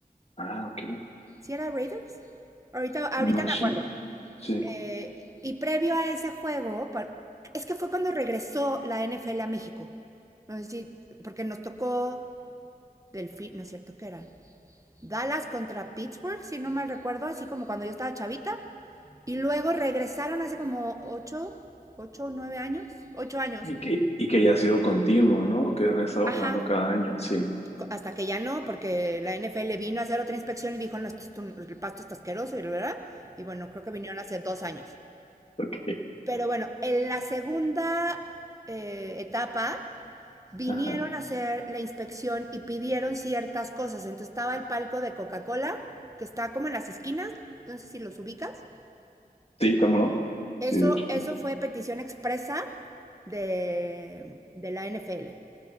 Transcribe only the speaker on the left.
Ah, ok.
No
sé. Sí.
Y que, y que ya ha sido continuo, ¿no? Que han estado
jugando cada año, sí.
Ok.
Ajá.
Sí, cómo no.
Sí, de hecho.
sí.